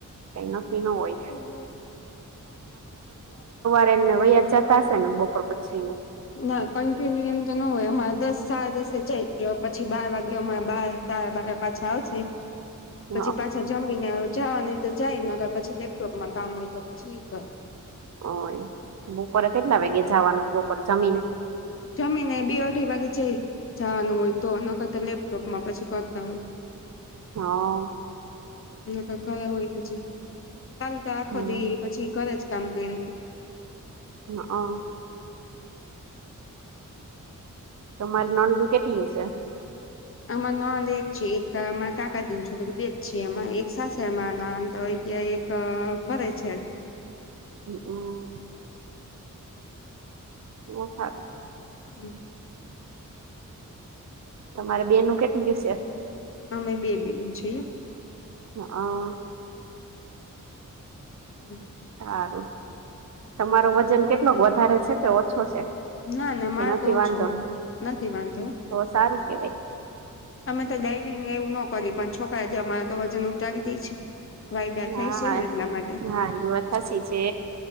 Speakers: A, on the right (about 55°); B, on the left (about 40°).
A: કઈ નક્કી નો હોય.
B: <unintelligible>
A: <unintelligible> ને વહીયા જતા હશે ને બપોર પછી નો
B: ના કન્ટિન્યુ એમ તો ન હોય અમારે દસ સાડા દસે જઈ <unintelligible> પછી બાર વાગે અમાર <unintelligible> સાડા બારે પાછા આવશે.
A: હ
B: પછી પાછા જમીને અ જવાનું હોય તો જાય નકર પછી લેપટોપમાં કામ હોય તો પછી એ કર
A: ઓય બોપોરે કેટલા <unintelligible> નું હોય બોપોરે જમીને
B: જમીને બે અઢી વાગે <unintelligible> જાવાનું હોય તો નકરતો લેપટોપ માં પછી કરતા હોય.
A: હ અ.
B: નકર ઘરે હોય પછી કાલ તો આખો
A: હમ
B: દી પછી ઘરે જ કામ કર્યું તું.
A: ન અ.
B: <unintelligible>
A: તમારે નણદુ કેટલી <unintelligible>
B: હમ અમાર નણંદ એક છે એક અમાર કાકાજીની છોકરી બેજ છે અમ એક સાસરામાં નંણદ તો <unintelligible> તો અ કરે છે.
A: <unintelligible> બો હારું.
B: હમ્મ.
A: તમારે બેનો કેટલી <unintelligible>
B: અમે બે બેનુ <unintelligible>
A: <unintelligible>
B: <unintelligible>
A: હારું તમારો વજન કેટલોક વધારે છે કે ઓછો છે?
B: ના ના
A: કે
B: મારે
A: નથી
B: તો ઓછો
A: વાંધો
B: હે નથી વાંધો.
A: તો સારું કેવાય.
B: અમે તો ડાયરીંગ એવું નો કરીએ પણ છોકરા જ અમાર તો વજન ઉતારી દે છે. વાયડા થાય
A: હા
B: શે ને એટલા માટે
A: હા એ વાત સાચી છે